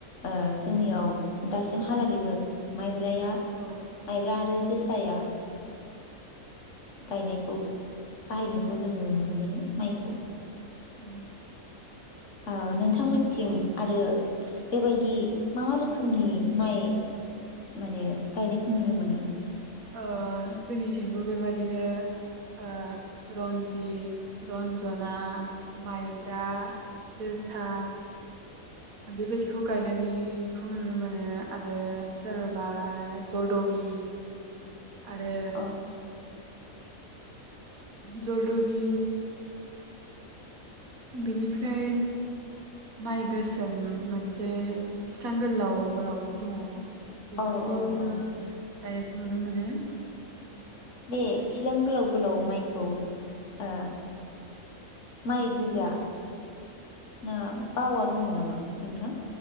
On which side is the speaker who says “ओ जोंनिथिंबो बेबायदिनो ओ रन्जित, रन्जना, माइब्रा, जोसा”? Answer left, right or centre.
Right